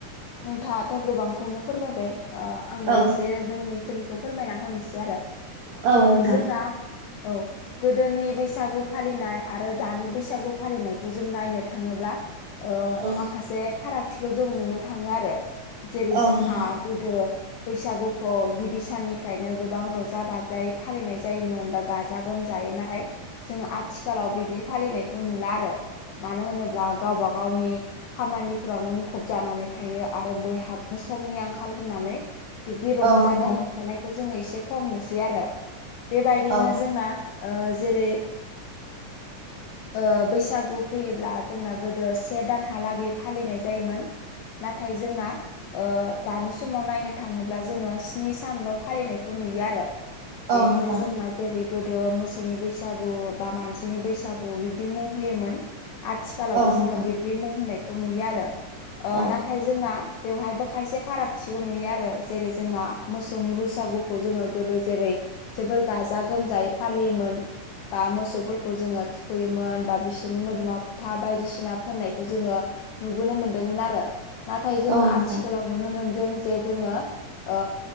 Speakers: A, on the left (about 75°); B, on the right (about 70°).
A: नोंथाङाथ' गोबांखौनो फोरमायबाय ओ आंबो
B: औ
A: एसे जोंनि ओनसोलनिखौ फोरमायना होनोसै आरो
B: औ
A: ओ
B: नोंथां
A: जोंना औ। गोदोनि बैसागु फालिनाय आरो दानि बैसागु फालिनायखौ जों नायनो थाङोब्ला ओ
B: औ
A: माखासे फारागथिखौ जों नुनो थाङो आरो जेरै
B: औ
A: जोंहा
B: नोंथां
A: गोदो बैसागुखौ गिबि साननिफ्रायनो गोबां र'जा बाजायै फालिनाय जायोमोन बा गा जा गोमजायै नाथाय जोंङो आथिखालाव बिब्दि फालिनायखौ नुला आरो। मानो होनोब्ला गावबा गावनि खामानि फ्रावनो मुखुब जानानै थायो आरो बयहाबो समनि आंखाल होननानै बिब्दि रंजानो
B: औ नोंथां
A: ओंखारनायखौ जोङो इसे खम नुसै आरो बेबायदिनो
B: औ
A: जोंङा ओ जेरै ओ बैसागु फैयोब्ला जोंना गोदो से दानहालागै फालिनाय जायोमोन। नाथाय जोंना ओ दानि समाव नायनो थाङोब्ला जोङो स्नि सानल' फालिनायखौ नुयो आरो।
B: औ
A: बेनिनो
B: नोंथां
A: जोंहा जेरै गोदो मोसौनि बैसागु बा मानसिनि बैसागु बिबदि मुं होयोमोन। आथिखालावबो
B: औ नोंथां
A: जोङो बिब्दि मुं होनायखौ नुयो आरो‌। ओ
B: औ
A: नाथाय जोंना बेवहायबो खायसे फारागथिखौ नुयो आरो जेरै जोंना मोसौनि बैसागु जोङो गोदो जेरै जोबोर गाजा -गोमजायै फालियोमोन। बा मोसौफोरखौ जोङो थुखैयोमोन, बा बिसोरनि मोदोमाव फोथा बायदिसिना फोननायखौ जोङो नुबोनो मोनदोंमोन आरो। नाथाय जोङो
B: औ
A: आथिखालाव
B: नोंथां औ नोंथां
A: नुनो मोनदों जे जोङो ओ